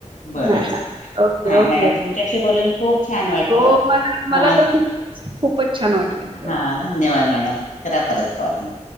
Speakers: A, on the left; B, on the right.
A: बरं
B: हां, हां.
A: चाले
B: ओके,
A: हा
B: ओके.
A: मॅडम तुमच्याशी बोलून खूप छान वाटलं
B: हो मला मला
A: ह
B: तर खूपच खूपच छान वाटलं
A: हा धन्यवाद मॅडम करा परत कॉल मग